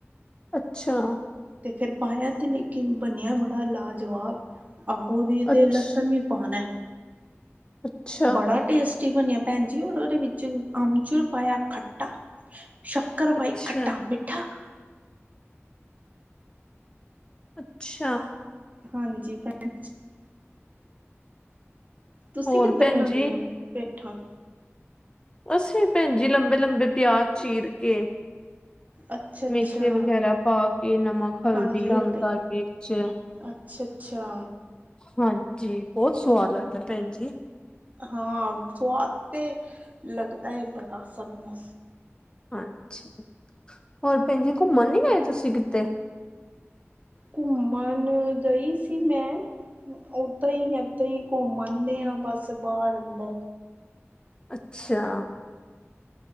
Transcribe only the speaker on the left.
ਅੱਛਾ!
ਅੱਛ
ਅੱਛਾ
ਅੱਛਾ
ਅੱਛਾ!
ਹੋਰ
ਭੈਣ
ਜੀ
ਅਸੀਂ ਭੈਣ ਜੀ ਲੰਬੇ- ਲੰਬੇ ਪਿਆਜ਼ ਚੀਰ ਕੇ
ਮੇਥੇ ਵਗੈਰਾ ਪਾ ਕੇ ਨਮਕ, ਹਲਦੀ,
ਰੰਗਦਾਰ ਮਿਰਚ।
ਹਾਂਜੀ! ਬਹੁਤ ਸਵਾਦ ਲੱਗਦਾ ਭੈਣ ਜੀ।
ਹਾਂਜੀ! ਹੋਰ ਭੈਣ ਜੀ ਘੁੰਮਣ ਨੀ ਗਏ ਤੁਸੀਂ ਕਿਤੇ?
ਅੱਛਾ!